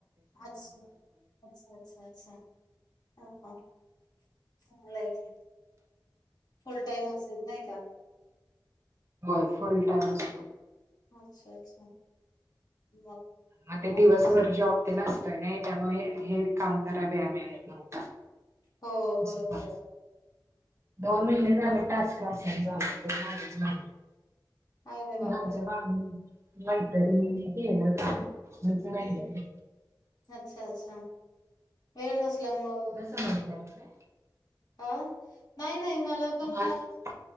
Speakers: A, on the left (about 55°); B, on the right (about 35°).
A: अच्छा, अच्छा. अच्छा, अच्छा. ह, ह. चांगलाय की. फुल टाईम असेल. नाही का?
B: होय. फुल टाइम असतो.
A: अच्छा, अच्छा. मग
B: आ ते
A: ऑफिस
B: दिवसभर जॉब तेन असतोय ना. त्याच्यामुळे हे काम कराय, वेळ मिळत नव्हता.
A: हो,
B: असं
A: बरोबराय.
B: झालं. दोन महिने झाले टास्क असाइन झाले. पण कामच माघय.
A: अरे बापरे!
B: आमच्या मामिन, मैतरनीने केलं काम. राहिलेलं
A: हम्. अच्छा, अच्छा. वेळ नसल्यामुळ
B: <unintelligible> ल्याला काय?
A: अ, नाही, नाही. मला पण
B: तुम्हाला